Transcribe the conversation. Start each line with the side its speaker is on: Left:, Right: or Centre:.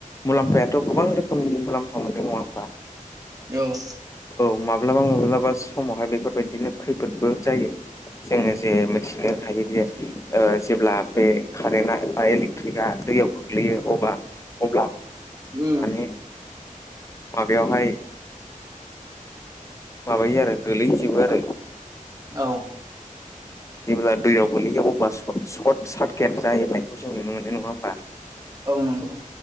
Left: मुलाम्फायाथ' गोबां रोखोमनि मुलाम्फा मोनदों नङा होनबा?
Right: औ।
Left: औ माब्लाबा माब्लाबा समावहाय बेफोरबायदिनो खैफोदबो जायो। जोङो जे मिथिनो हायो जे ओ जेब्ला बे कारेन्टआ बाइल थैया दैयाव गोग्लैयो। अबा अब्ला माने
Right: उम
Left: माबायावहाय माबायो आरो गोलैजोबो आरो।
Right: औ
Left: जेब्ला दैयाव गोलैयो अब्ला सर्ट-सर्ट सार्केट जाहाय खौ जों नुनो मोनो नङा होमबा?
Right: औ नंगौ